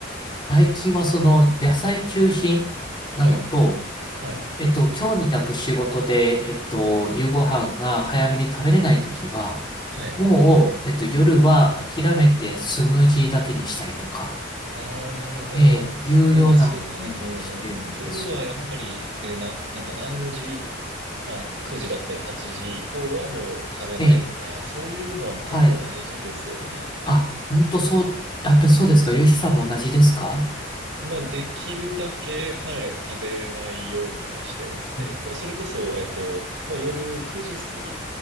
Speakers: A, on the left; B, on the right.
A: 最近はその野菜中心なのと、
B: はい。はい。
A: えっと、今日みたく仕事で、えっと、夕ご飯が早めに食べれないときは、
B: はい。
A: もう、えっと、夜は諦めてスムージーだけにしたりとか、
B: ああ、なるほど。
A: ええ、
B: そうですよね。
A: いうようなふうにしてるんですよね。
B: うんうんうん。夜はやっぱり、えーな、なんか何時、まあ、9時だったり8時以降はもう食べないとか、
A: ええ、
B: そういうのはもう結構大事ですよね。
A: はい。あ、本当そう、やっぱりそうですか。ヨシさんも同じですか
B: まあ、できるだけ、はい、食べないようにはしてますね。
A: うん。
B: もうそれこそ、えっと、もう夜9時過ぎ